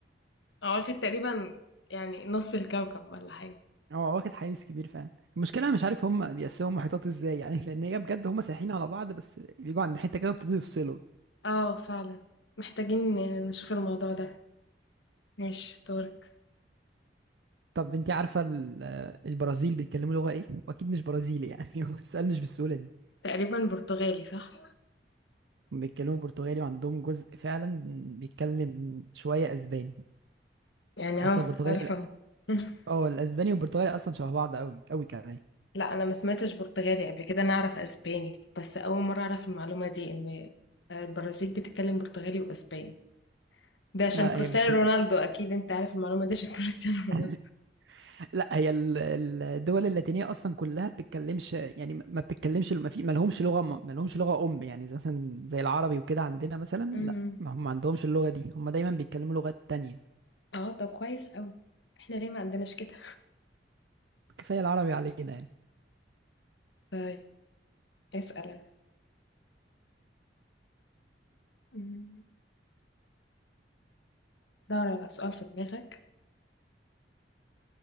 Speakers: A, on the left (about 80°); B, on the right (about 70°).
A: هو واخد تقريبًا يعني نُص الكوكب والّا حاجة.
B: هو واخد حيز كبير فعلا المشكله انا مش عارف هم بيقسموا محيطات ازاي يعني <laughs> لان هي بجد هم سايحين على بعض بس بيجوا عند حته كده بيبتدوا يفصلوا
A: اه فعلا محتاجين نشوف الموضوع ده ماشي دورك
B: طب انت عارفه ال- البرازيل بيتكلموا لغه ايه واكيد مش برازيلي يعني <laughs> السؤال مش بالسهوله دي.
A: تقريبا برتغالي صح
B: بيتكلموا برتغالي وعندهم جزء فعلا بيتكلم شوية اسباني
A: يعني
B: اصلا
A: اه
B: البرتغالي
A: عارفه
B: وال-
A: أهو. <laughs>
B: اه الاسباني والبرتغالي اصلا شبه بعض قوي قوي كمان
A: لا انا ما سمعتش برتغالي قبل كده انا اعرف اسباني بس اول مره اعرف المعلومه دي ان البرازيل بتتكلم برتغالي واسباني ده عشان
B: لا
A: كريستيانو
B: لا هي بتتكلم
A: رونالدو اكيد انت عارف المعلومه دي عشان <laughs> كريستيانو رونالدو
B: <laughs> لا هي ال- الدول اللاتينيه اصلا كلها بتتكلمش يعني ما ما بتتكلمش ما في ما لهمش لغه ما لهمش لغه ام يعني زي مثلا زي العربي وكده عندنا مثلا
A: امم
B: لا ما هم ما عندهمش اللغه دي هم دايما بيتكلموا لغات تانية
A: اه ده كويس قوي احنا ليه ما عندناش كده
B: كفايه العربي علينا يعني
A: طيب اسال انا أمم. دور على سؤال في دماغك